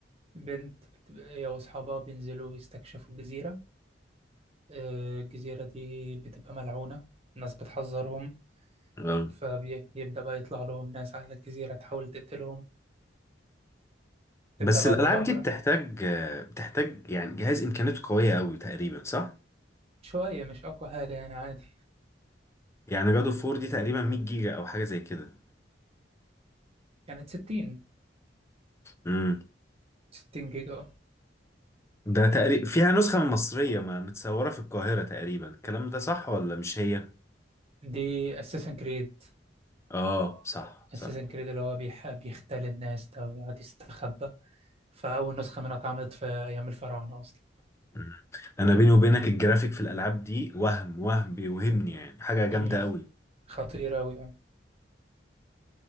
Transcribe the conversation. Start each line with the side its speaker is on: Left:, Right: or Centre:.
Right: بنت بت- هي واصحابها بينزلوا يستكشفوا جزيرة آه، الجزيرة دي بتبقى ملعونة الناس بتحذرهم
Left: آه.
Right: فبيبدأ بقى يطلع لهم ناس على الجزيرة تحاول تقتلهم تبدأ
Left: بس
Right: بقى
Left: الالعاب
Right: المغامرة
Left: دي بتحتاج بتحتاج يعني جهاز امكانياته قويه قوي تقريبا صح
Right: شوية مش أقوى حاجة يعني عادي
Left: يعني جاد فور دي تقريبا 100 جيجا او حاجه زي كده
Right: كانت ستين
Left: امم
Right: ستين جيجا
Left: ده تقريبا فيها نسخه مصريه ما متصوره في القاهره تقريبا الكلام ده صح ولا مش هي
Right: دي أساسن كريد
Left: اه صح صح
Right: اساسن كريد اللي هو بيحب يختل الناس ده ويقعد يستخبى فاول نسخه منها اتعملت في ايام الفراعنه اصلا
Left: مم. انا بيني وبينك الجرافيك في الالعاب دي وهم وهم بيوهمني يعني حاجه جامده
Right: امم
Left: قوي
Right: خطيره قوي اه